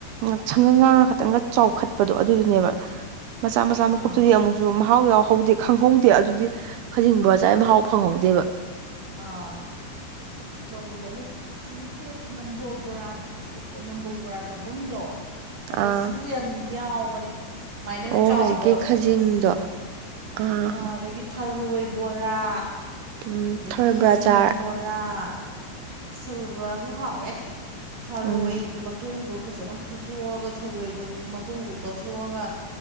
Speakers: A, on the right; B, on the right.
A: ꯉꯛꯁꯪꯒ ꯉꯥꯡꯉ ꯈꯇꯪꯒ ꯆꯥꯎꯈꯠꯄꯗꯣ ꯑꯗꯨꯗꯨꯅꯦꯕ ꯃꯆꯥ ꯃꯆꯥ
B: ꯑꯥ
A: ꯃꯀꯨꯞꯇꯨꯗꯤ ꯑꯃꯨꯛ ꯖꯨ ꯃꯍꯥꯎ ꯌꯥꯎꯍꯧꯗꯦ ꯈꯪꯍꯧꯗꯦ ꯑꯗꯨꯗꯤ ꯈꯖꯤꯡ ꯕꯣꯔꯥ ꯆꯥꯏ ꯃꯍꯥꯎ ꯐꯪꯍꯧꯗꯦꯕ
B: ꯑꯥ ꯑꯆꯧꯕꯗꯣ ꯑꯗꯨ ꯍꯧꯖꯤꯛꯇꯤ ꯑꯁ ꯅꯝꯕꯣꯜ ꯕꯣꯔꯥ ꯀꯩꯀꯥ ꯅꯝꯕꯣꯜ ꯕꯣꯔꯥ ꯆꯥꯕꯝꯗꯣ ꯑꯗꯨꯁꯨ
A: ꯑꯥ
B: ꯌꯥꯝ ꯌꯥꯎꯕꯅꯦ ꯃꯥꯏꯅ
A: ꯑꯣ
B: ꯆꯥꯎꯕ
A: ꯍꯧꯖꯤꯛꯀꯤ ꯈꯥꯖꯤꯡꯗꯣ
B: ꯈꯖꯤꯡꯗꯣ
A: ꯑꯥ
B: ꯑ ꯑꯗꯒꯤ ꯊꯔꯣꯏ ꯕꯣꯔꯥ
A: ꯎꯝ
B: ꯑꯗꯒꯤ
A: ꯊꯔꯣꯏ
B: ꯈꯖꯤꯡ
A: ꯕꯣꯔꯥ ꯆꯥꯔ
B: ꯕꯣꯔꯥ ꯂꯥ ꯊꯔꯣꯏ ꯕꯣꯔꯥꯖꯨ ꯍꯥꯎꯑꯦ ꯊꯔꯣꯏ
A: ꯎꯝ
B: ꯃꯠ ꯇꯣꯡꯗꯣ ꯐꯖꯅ ꯐꯨꯠꯇꯣꯛꯑꯒ ꯊꯔꯣꯏꯗꯣ ꯃꯇꯣꯡꯗꯣ ꯀꯣꯠꯊꯣꯛꯑꯒ